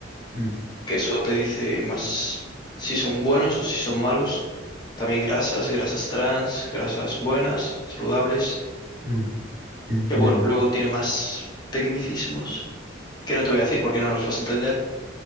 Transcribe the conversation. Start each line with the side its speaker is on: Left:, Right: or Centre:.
Right: Mm,
Left: que eso te dice más si son buenos o si son malos. También grasas, grasas trans, grasas buenas, saludables.
Right: mm, entiendo.
Left: Que bueno, luego tiene más tecnicismos que no te voy a decir porque no los vas a entender.